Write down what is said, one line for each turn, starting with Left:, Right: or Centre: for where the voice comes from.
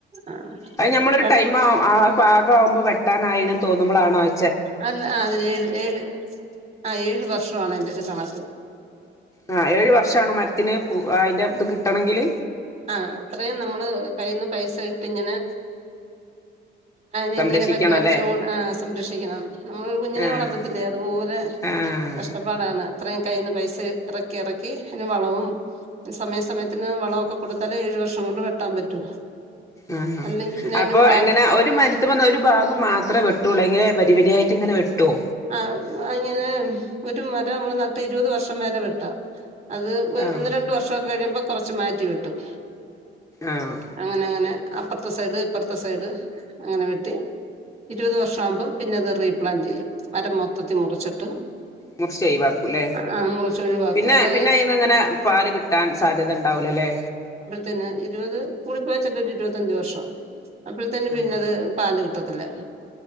Right: ആഹ്
Left: അത് ഞമ്മളൊരു
Right: രൺ
Left: ടൈം ആ പാകമാവുമ്പോൾ വെട്ടാനായിനന്ന് തോന്ന്പോളാണോ അ
Right: അല്ല അതിേഴ് ഏഴ് ആ ഏഴ് വർഷമാണ് എന്റെറ ഒരു കണക്ക്
Left: ആ ഏഴ് വർഷമാണോ മരത്തിന് അതിന്റെ ഇത് കിട്ടണെങ്കില്
Right: ആഹ് അത്രയും നമ്മള് കയ്യിൽന്ന് പൈസ ഇട്ട് ഇങ്ങനെ അതിനെ
Left: സംരക്ഷിക്കണം
Right: ഇങ്ങനെ പരിപാലിച്ചു
Left: അല്ലേ
Right: ആ സംരക്ഷിക്കണം നമ്മൾ കുഞ്ഞിനെ
Left: ആഹ്
Right: വളർത്തത്തില്ലേ അതുപോലെ
Left: ആഹ്
Right: കഷ്ടപ്പാടാണ് അത്രയും കയ്യിൽന്ന് പൈസ ഇറക്കി ഇറക്കി അതിന് വളവും സമയ സമയത്തിന് വളമൊക്കെ കൊടുത്താലെ ഏഴു വർഷം കൊണ്ട് വൊട്ടാൻ പറ്റൂ
Left: ആ ഹാ
Right: അല്ലെങ്കിൽ പിന്നെ
Left: അപ്പൊ
Right: അതിന് ഫ്ലാറ്റ്
Left: എങ്ങനെ ഒരു മര <unintelligible> വന്ന ഒരു ഭാഗം മാത്രേ വെട്ടുവൊള്ളോ എങ്ങനെ വരിപരിായിട്ടിങ്ങനെ വെട്ടുവോ
Right: ആ അങ്ങനെ ഒരു മരം നമ്മള് നട്ട് ഇരുപത് വർഷം വരെ വിട്ടാം അത്
Left: ആഹ്
Right: ഒന്ന് രണ്ടു വർഷം ഒക്കെ കഴിയുമ്പോ കുറച്ച് മാറ്റി കിട്ടും
Left: ആഹ്
Right: അങ്ങനെ അങ്ങനെ അപ്പുറത്തെ സൈഡ് ഇപ്പുറത്തെ സൈഡ് അങ്ങനെ വെട്ടി ഇരുപത് വർഷം ആവുമ്പം പിന്നെ അത് റീപ്ലാന്റ് ചെയ്യും മരം മൊത്തത്തി മുറിച്ചിട്ട്
Left: മുറിച്ച് എഴുവാക്കൂല്ലേ
Right: ആ മുറിച്ച് ഒഴിവാക്കും
Left: പിന്നെ
Right: അത്
Left: പിന്നെ അന്ന ഇങ്ങനെ പാല് കിട്ട ട്ടാൻ സാധ്യത ഉണ്ടാവൂലല്ലേ
Right: തന്നെ ഇരുപത് കൂടിപ്പോയ ചെട്ടരു ഇരുപത്തഞ്ച് വർഷം അപ്പോഴത്തന്നെ
Left: ആഹ്
Right: പിന്നെത് പാല് കിട്ടത്തില്ല